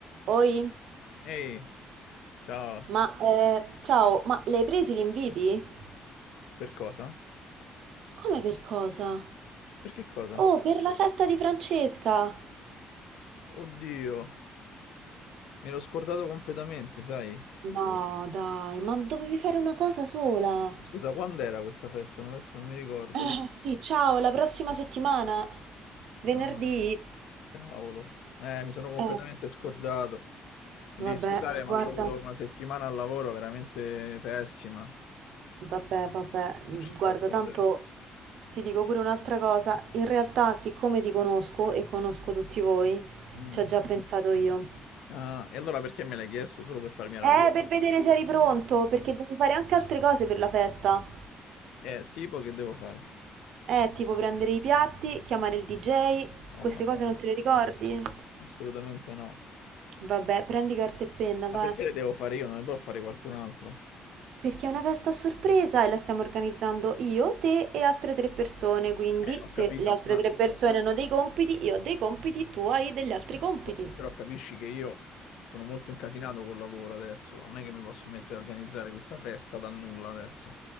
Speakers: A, on the right; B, on the left.
A: Oi,
B: Ehi, ciao.
A: ma eh, ciao, ma le hai presi gli inviti?
B: Per cosa?
A: Come per cosa?
B: Per che cosa?
A: Oh, per la festa di Francesca!
B: Oddio, mi ero scordato completamente, sai?
A: No, dai, ma dovevi fare una cosa sola.
B: Scusa, quando era questa festa? Non, adesso non mi ricordo.
A: Eh, sì, ciao, la prossima settimana. Venerdì.
B: Ah, cavolo. Eh, mi sono completamente
A: Eh,
B: scordato. Mi
A: vabbè,
B: devi scusare, ma
A: guarda,
B: c'ho avuto una settimana al lavoro veramente pessima. Non
A: vabbè, vabbè, guarda,
B: ci sto con
A: tanto
B: la testa.
A: ti dico pure un'altra cosa. In realtà, siccome ti conosco e conosco tutti voi,
B: Mm.
A: ci ho già pensato io.
B: Ah, e allora perché me l'hai chiesto? Solo per farmi arrabbiare?
A: Eh, per vedere se eri pronto, perché devi fare anche altre cose per la festa.
B: Eh, tipo che devo fare?
A: Eh, tipo prendere i piatti, chiamare il DJ,
B: Oh,
A: queste
B: madonna.
A: cose non te le ricordi?
B: Assolutamente no.
A: Vabbè, prendi carta e penna,
B: Ma
A: va.
B: perché le devo fare io? Non le può fare qualcun altro?
A: Perché è una festa a sorpresa e la stiamo organizzando io, te e altre tre persone, quindi
B: Eh, ho
A: se
B: capito,
A: le altre
B: ma
A: tre persone hanno dei compiti, io ho dei compiti, tu hai degli altri compiti.
B: oh, però capisci che io sono molto incasinato col lavoro adesso, non è che mi posso mettere a organizzare questa festa dal nulla adesso.